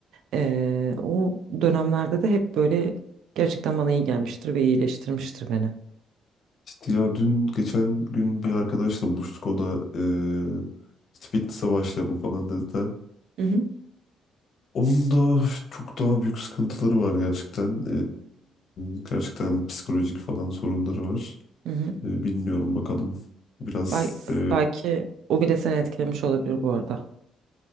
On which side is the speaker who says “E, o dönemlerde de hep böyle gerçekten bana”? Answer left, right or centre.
Right